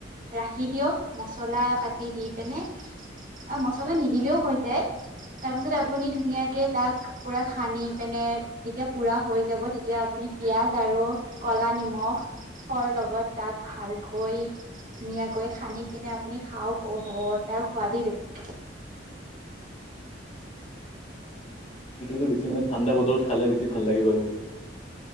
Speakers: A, on the right; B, on the left.
A: ৰাখি দিয়ক, মচলা-পাতি দি পিনে। আৰু মছলা নিদিলেও হৈ যায়। তাৰ পিছতে, আপুনি ধুনীয়াকে, তাক পূৰা সানি পেনে যেতিয়া পুৰা হৈ যাব, তেতিয়া আপুনি, পিয়াঁজ আৰু কলা নিমখ খৰ লগত তাক ভালকৈ ধুনীয়াকৈ সানি পিনে, আপুনি খাওঁক, অ'হ'! তাৰ সোৱাদেই বেলেগ।
B: সেইটোটো বেছি মানে, ঠাণ্ডা বতৰত খালে, বেছি ভাল লাগিব আৰু!